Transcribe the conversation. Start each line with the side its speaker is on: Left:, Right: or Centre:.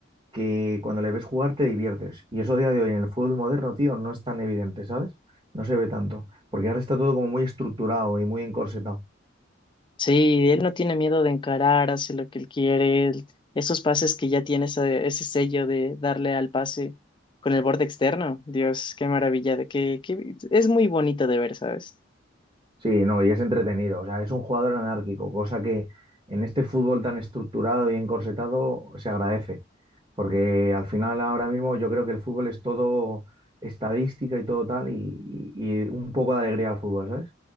Right: que cuando le ves jugar te diviertes. Y eso a día de hoy en el fútbol moderno, tío, no es tan evidente, ¿sabes? No se ve tanto, porque ahora está todo como muy estructurado y muy encorsetado.
Left: Sí, él no tiene miedo de encarar, hace lo que él quiere. él- esos pases que ya tiene ese, ese sello de darle al pase con el borde externo. Dios, qué maravilla, de que, que- es muy bonito de ver, ¿sabes?
Right: Sí, no, y es entretenido, o sea, es un jugador anárquico, cosa que en este fútbol tan estructurado y encorsetado se agradece, porque al final ahora mismo yo creo que el fútbol es todo estadística y todo tal, y, y- y un poco de alegría al fútbol, ¿sabes?